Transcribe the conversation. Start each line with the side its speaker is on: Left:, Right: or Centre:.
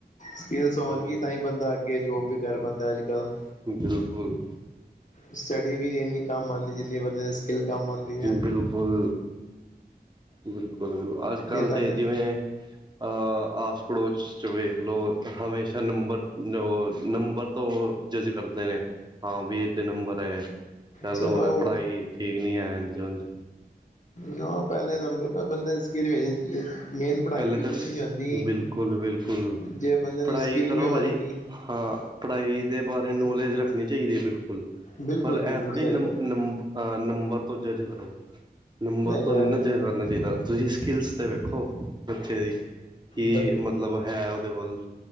Left: ਸਕਿਲਸ ਹੋਣਗੀ
Right: ਉਹੀ ਨਾ
Left: ਤਾਂ ਹੀ ਬੰਦਾ ਅਗੇ ਜੋਬ ਵੀ ਕਰ ਪਾਂਦਾ ਅੱਜ-ਕੱਲ੍ਹ।
Right: ਬਿਲਕੁਲ।
Left: ਸਟੱਡੀ ਵੀ ਨਈ ਇੰਨੀ ਕੰਮ ਆਉਂਦੀ, ਜਿੰਨੀ ਬੰਦੇ ਇਲਕਮ ਆਂਦੀ ਹੈ
Right: ਬਿਲਕੁਲ। ਬਿਲਕੁਲ-ਬਿਲਕੁਲ, ਅੱਜ ਕੱਲ੍ਹ
Left: ਜੇ ਤੁਹਾਡੇ
Right: ਤੇ ਜਿਵੇਂ ਅ ਆਸ ਪੜੋਸ ਚ ਵੇਖਲੋ, ਹਮੇਸ਼ਾ ਨੰਬਰ, ਜੋ ਨੰਬਰ ਤੋਂ ਜੱਜ ਕਰਦੇ ਨੇ, ਹਾਂ ਵੀ ਏੱਦੇ ਨੰਬਰ ਐ। ਚੱਲ
Left: ਚਲੋ
Right: ਹੁਣ ਐ ਪੜਾਈ ਠੀਕ ਨੀ ਐ, ਐਂਝ ਓਂਝ
Left: ਨਾ, ਪੈਲੇ ਨੰਬਰ ਤੇ ਬੰਦੇ ਦੀ ਸਕਿੱਲ ਵੇਖਨੀ <unintelligible> ਮੇਨ ਪੜਾਈ
Right: ਪਹਿਲੇ
Left: ਵੀ
Right: ਤਾਂ
Left: ਕੁਛ ਨੀ ਹੁੰਦੀ,
Right: ਬਿਲਕੁਲ ਬਿਲਕੁਲ
Left: ਜੇ ਬੰਦੇ
Right: ਪੜ੍ਹਾਈ
Left: ਨੂੰ ਸਕਿੱਲ
Right: ਕਰੋ
Left: ਵੀ ਹੋਨਗੀ
Right: ਭਾਜੀ ਹਾਂ, ਪੜਾਈ ਦੇ ਬਾਰੇ ਨੌਲੇਜ ਰੱਖਨੀ ਚਾਈਦੀ ਏ, ਬਿਲਕੁਲ।
Left: ਬਿਲਕੁਲ
Right: ਪਰ ਐ
Left: ਬਿਲਕੁਲ
Right: ਥੋੜੀ
Left: ਸਹੀ
Right: ਨੰ,
Left: ਗੱਲ ਹੈ
Right: ਨੰਬ ਹਾਂ, ਨੰਬਰ ਤੋ ਜੱਜ ਕਰੋ, ਨੰਬਰ
Left: ਨਹੀਂ
Right: ਤੋ
Left: ਇਹ
Right: ਨੀ ਨਾ
Left: ਤੇ
Right: <unintelligible> ਨਾ ਚਾਈਦਾ, ਤੁਸੀ ਸਕਿੱਲਸ ਤੇ ਵੇਖੋ, ਬੱਚੇ ਦੀ। ਕੀ
Left: ਬ
Right: ਮਤਲਬ ਹੈ ਓਦੇ ਕੋਲ?